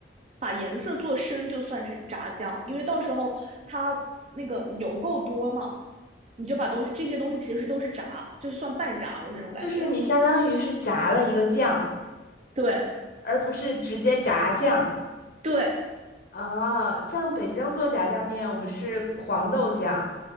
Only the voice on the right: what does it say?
把颜色做深，就算是炸酱，因为到时候它那个油够多嘛，你就把东西这些东西其实都是炸，就是算半炸的那种感觉了。
对
对，